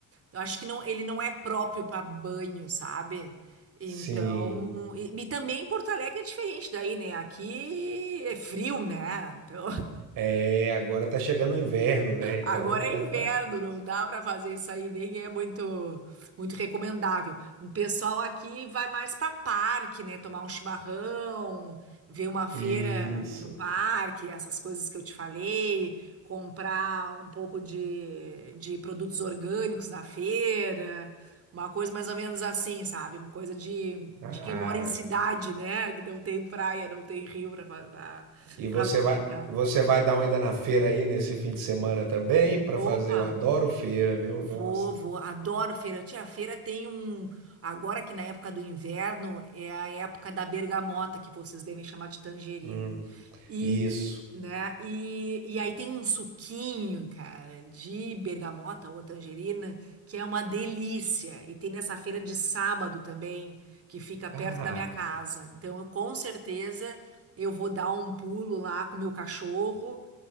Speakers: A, on the right (about 40°); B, on the right (about 70°).
A: eu acho que não, ele não é próprio para banho, sabe? Então,
B: sim.
A: e, e também Porto Alegre é diferente daí, né? Aqui é frio, né? Então, <laughs>
B: É, agora tá chegando o inverno, né? Então
A: Agora é
B: deve
A: inverno,
B: estar
A: não dá para fazer isso aí, nem é muito muito recomendável. O pessoal aqui vai mais para parque, né? Tomar um chimarrão, ver uma feira
B: Isso.
A: no parque, essas coisas que eu te falei, comprar um pouco de, de produtos orgânicos na feira, uma coisa mais ou menos assim, sabe? Uma coisa de,
B: Ah,
A: de quem mora em cidade, né? Que não tem praia, não tem rio para
B: e você
A: aproveitar.
B: vai, você vai dar uma ida na feira aí nesse fim de semana também para
A: Opa!
B: fazer. Eu adoro feira, viu?
A: Vou,
B: Nossa.
A: vou, adoro feira. Tia, a feira tem um. Agora que na época do inverno é a época da bergamota, que vocês devem chamar de tangerina.
B: Hum,
A: E,
B: isso.
A: né? E, e aí tem um suquinho, cara, de bergamota ou tangerina, que é uma delícia. E tem nessa feira de sábado também, que fica perto
B: Ah,
A: da minha casa. Então, eu, com certeza, eu vou dar um pulo lá com o meu cachorro